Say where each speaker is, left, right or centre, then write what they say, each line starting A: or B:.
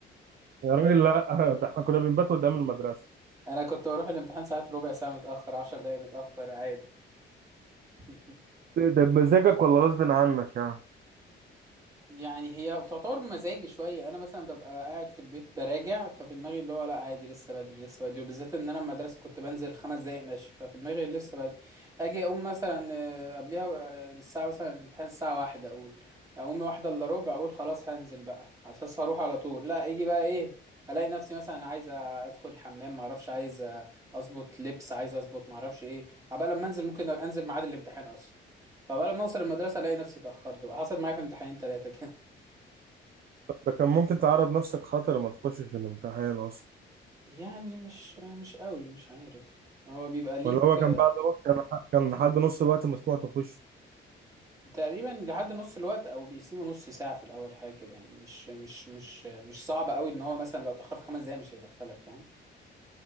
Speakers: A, on the right (about 50°); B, on the right (about 15°).
A: يا راجل لا <laughs> ده احنا كنا بنبات قدام المدرسة
B: انا كنت بروح الامتحان ساعات ربع ساعه متاخر عشر دقايق متاخر عادي <laughs>
A: ده بمزاجك ولا غصب عنك يعني
B: يعني هي بتعتبر بمزاجي شويه انا مثلا ببقى قاعد في البيت براجع ففي دماغي اللي هو لا عادي لسه بدري لسه بدري وبالذات ان انا المدرسه كنت بنزل خمس دقايق ماشي ففي دماغي لسه بدري اجي اقوم مثلا آه، قبليها بقى الساعه مثلا الامتحان الساعه واحدة اقول اقوم واحدة الا ربع اقول خلاص هنزل بقى على اساس هروح على طول لا يجي بقى ايه الاقي نفسي مثلا عايز ادخل الحمام ما اعرفش عايز اظبط لبس عايز اظبط ما اعرفش ايه عبال لما انزل ممكن انزل ميعاد الامتحان اصلا فبقى لما اوصل المدرسه الاقي نفسي اتاخرت بقى حصلت معايا في امتحانين ثلاثه كده
A: ده كان ممكن تعرض نفسك خطر ما تخشش الامتحان اصلا
B: يعني مش مش قوي مش عارف هو بيبقى ليك
A: ولا هو كان بعد وقت كان كان لحد نص الوقت مسموح تخش
B: تقريبا لحد نص الوقت او بيسيبوا نص ساعة في الاول حاجة كده يعني مش مش مش مش صعب قوي ان هو مثلا لو اتأخرت خمس دقايق مش هيدخلك فاهم